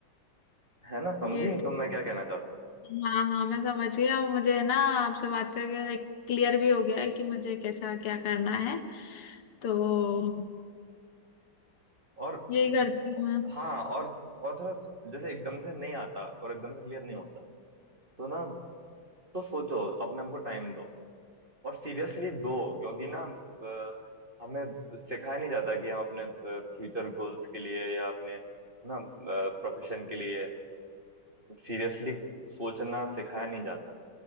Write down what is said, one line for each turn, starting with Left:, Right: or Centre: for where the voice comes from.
Right: है ना समझी
Left: ये तो
Right: तुम मैं क्या कहना चाहता हूँ
Left: हाँ हाँ मैं समझ गई और मुझे है ना आपसे बात करके लाइक क्लियर भी हो गया है कि मुझे कैसा क्या करना है तो
Right: और
Left: यही
Right: हम्म,
Left: करती हूँ मैं
Right: हाँ और और थोड़ा जैसे एकदम से नहीं आता और एकदम से क्लियर नहीं होता तो ना तो सोचो अपने आप को टाइम दो और सीरियसली दो क्योंकि ना अ, हमें सिखाया नहीं जाता कि हम अपने फ्यूचर गोल्स के लिए या अपने है ना प्रोफेशन के लिए सीरियसली सोचना सिखाया नहीं जाता